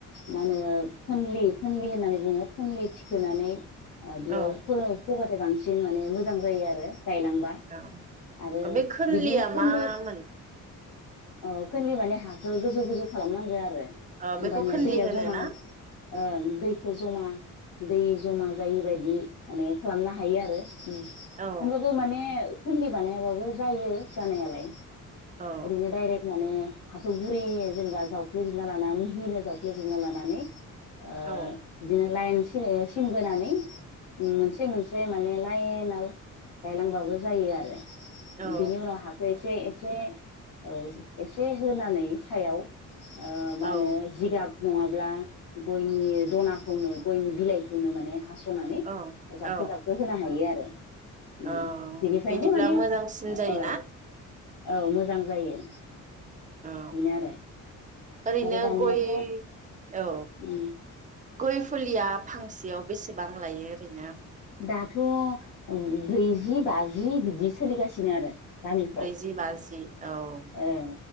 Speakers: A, on the left; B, on the right.
A: मा होनो खोनलि खोनलि होननानै बुङो खोनलि थिखोनानै ओ बेयाव
B: औ
A: फो-फोबा फ्राय बांसिन माने मोजां जायो आरो। गायलांबा
B: औ
A: आरो
B: बे खोनलिया
A: बिदिया खोमलिस
B: मामोन
A: अ' खोनलि माने हाखो गोजौ गोजौ खालामनांगो आरो
B: ओ
A: होमबानिया
B: बेखौ खोनलि
A: दैया
B: होनो
A: जमा
B: ना?
A: ओं दैखो जमा दै जमा जायि बायदि माने खालामनो हायो आरो। उम होमबाबो
B: औ
A: माने खोनलि बानायाबाबो जायो जानायालाय।
B: औ
A: ओरैनो डायरेक माने हाखौ गुरै जेनेबा जावफ्लेेजोबना लाना मिहिनो जावफ्लेेजोबना लानानै। ओ
B: औ
A: बिदिनो लाइन्स सिलेस-सिनबोनानै मोनसे मोनसे माने लाइनाव गायलांबाबो जायो आरो।
B: जों
A: बिनि उनाव हाखो एसे एसे औ एसे होनानै सायाव ओ मा
B: औ
A: होनो जिगाब नङाब्ला गयनि दनाखौनो गयनि बिलाइखौनो माने हास खनानै
B: औ
A: जाबखो
B: औ
A: जाबखो होनो हायो आरो।
B: औ
A: उम बिनिफ्रायनो
B: बिदिब्ला
A: माने
B: मोजांसिन जायोना?
A: ओ औ मोजां जायो
B: औ
A: बेनो आरो
B: ओरैनो
A: आरो दानियाथ'
B: गय
A: उम
B: औ
A: उम
B: गय फुलिया फांसेयाव बेसे बां लायो ओरैनो
A: दाथ उम ब्रैजि बाजि बिदि सोलिगासिनो आरो गामिफ्राव
B: ब्रैजि बाजि औ
A: ओं